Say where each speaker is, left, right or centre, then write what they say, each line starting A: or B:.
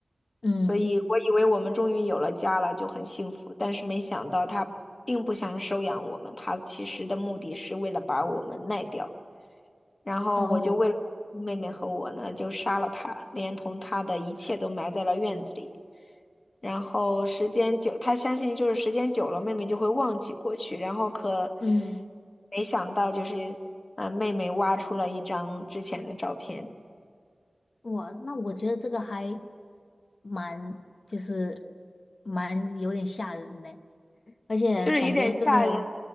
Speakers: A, on the left; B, on the left.
A: 嗯，
B: 所以我以为我们终于有了家了，就很幸福，但是没想到他并不想收养我们，他其实的目的是为了把我们卖掉。然后我就为了保护妹妹和我呢，
A: 哦，
B: 就杀了他，连同他的一切都埋在了院子里。然后时间久，他相信就是时间久了，妹妹就会忘记过去。然后可
A: 嗯，
B: 没想到，就是呃，妹妹挖出了一张之前的照片，
A: 哇，那我觉得这个还蛮，就是蛮有点吓人呢，而且感觉这个，
B: 就是有点吓人。